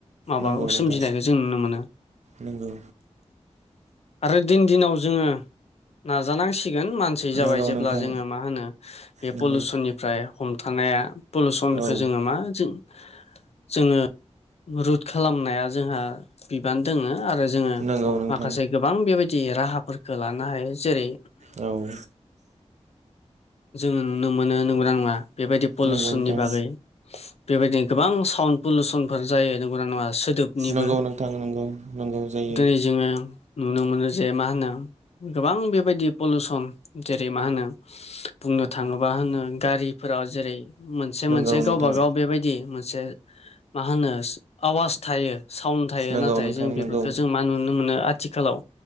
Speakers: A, on the left (about 65°); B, on the right (about 80°).
A: माबा
B: नगौ नोंथां
A: सोमजिनायखौ जों नुनो मोनो
B: नंगौ
A: आरो दिन दिनाव जोङो नाजानांसिगोन मानसि जाबाय
B: नंगौ
A: जेब्ला
B: नोंथां
A: जोङो मा होनो बे
B: नंगौ।
A: पलिउसननिफ्राय हमथानाया पलुसनखौ
B: औ
A: जोङो मा जों जोङो रुद खालामनाया जोंहा बिबान दोङो आरो जोङो
B: नंगौ नोंथां।
A: माखासे गोबां बेबायदि राहाफोरखौ लानो हायो जेरै
B: औ
A: जोङो नुनो मोनो नोंगना नङा बेबायदि पलिउसननि
B: नंगौ नोंथां।
A: बागै। बेबायदिनो गोबां साउन्ड पलुसनफोर जायो नंगौना नङा सोदोबनिबो
B: नंगौ नोंथां नंगौ नंगौ जायो
A: दिनै जोङो। नुनो मोनो जे मा होनो गोबां बेबायदि पलिउसन जेरै मा होनो। बुंनो थाङोबा होनो गारिफोराव जेरै मोनसे
B: नंगौ
A: मोनसे गावबागाव
B: नोंथां
A: बेबायदि मोनसे मा होनो आवाज थायो साउन्ड थायो
B: नंगौ
A: नाथाय
B: नोंथां
A: जों बेफोरखौ
B: नंगौ
A: जों मा नुनो मोनो आथिखालाव